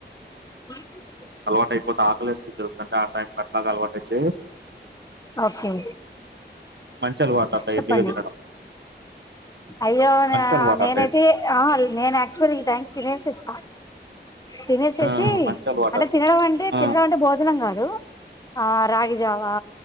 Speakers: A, on the left (about 20°); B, on the right (about 70°).
A: మన స
B: అల్వాట్ అయిపోతే ఆకులేస్తుంద్ చూసుంటే ఆ టైం అట్లా అలవాట్ అయితే
A: ఓకే
B: మంచి అలవాటు అంట
A: చెప్పండి
B: ఎర్లీగా తినడం
A: అయ్యో
B: మంచి అలవాటు
A: నేనైతే
B: అంట ఇది.
A: నేను యాక్చువల్ ఈ టైమ్కి తినేసేస్తా తినేసేసి
B: ఆ, మంచి అలవాటు
A: అంటే
B: అంట
A: తినడం అంటే
B: ఆ,
A: తినడం అంటే భోజనం గాదు ఆ రాగి జావా